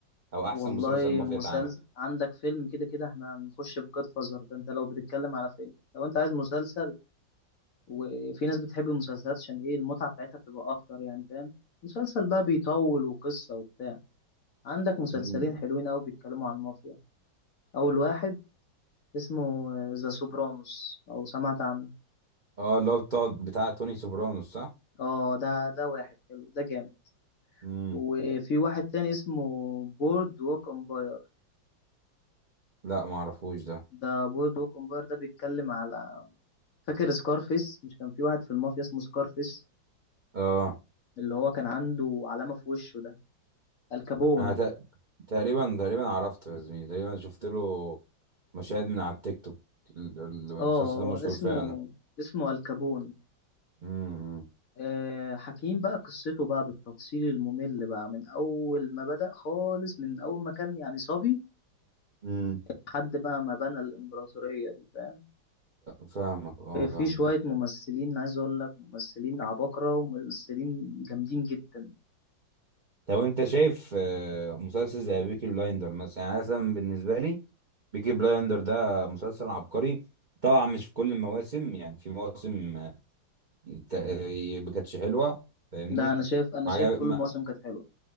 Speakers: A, on the right (about 60°); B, on the left (about 55°).
A: او احسن
B: والله
A: مسلسل المافيا
B: مسلسل
A: اتعمل
B: عندك فيلم كده كده احنا هنخش في جاد فازر ده انت لو بتتكلم على فيلم لو انت عايز مسلسل وفي ناس بتحب المسلسلات عشان ايه المتعة بتاعتها بتبقى اكتر يعني فاهم مسلسل بقى بيطول وقصة وبتاع عندك مسلسلين
A: مم.
B: حلوين قوي بيتكلموا عن المافيا اول واحد اسمه ذا سوبرانوس او سمعت عنه
A: اه اللي هو بتاع بتاع توني سوبرانوس صح؟
B: اه ده ده واحد حلو ده جامد
A: امم
B: وفي واحد تاني اسمه بورد ووك امباير
A: لا ما اعرفوش ده
B: ده بورد ووك امباير ده بيتكلم على فاكر سكارفيس مش كان في واحد في المافيا اسمه سكارفيس
A: اه
B: اللي هو كان عنده علامة في وشه ده الكابون
A: انا تق- تقريبا تقريبا عرفته يا زميلي تقريبا شفت له مشاهد من على التيك توك ال- ال- المسلسل
B: اه
A: ده مشهور
B: اسمه
A: فعلا
B: اسمه الكابون
A: امم
B: آه حكيم بقى قصته بقى بالتفصيل الممل بقى من أول ما بدأ خالص من أول ما كان يعني صبي
A: مم.
B: لحد بقى ما بنى الإمبراطورية دي فاهم
A: فاهمك اه فاهم
B: في شوية ممثلين عايز أقول لك ممثلين عباقرة وممثلين جامدين جدا
A: طب انت شايف آه، مسلسل زي بيكي بلايندر مثلا يعني مثلا بالنسبه لي بيكي بلايندر ده مسلسل عبقري طبعا مش في كل المواسم يعني في مواسم آه، ت- آه، ما كانتش حلوه فاهمني
B: ده أنا شايف أنا
A: ما
B: شايف
A: عجب...
B: كل
A: ما...
B: المواسم كانت حلوة